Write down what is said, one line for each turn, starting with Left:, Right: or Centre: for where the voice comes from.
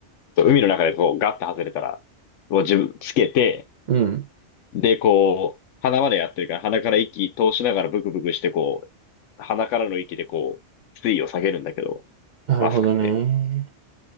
Left: そう海の中でこうガッて外れたら、こう自分つけて、
Right: うん。
Left: で、こう、鼻までやってるから鼻から息通しながらブクブクしてこう、鼻からの息でこう、水位を下げるんだけど、
Right: なるほどね。
Left: マスクって。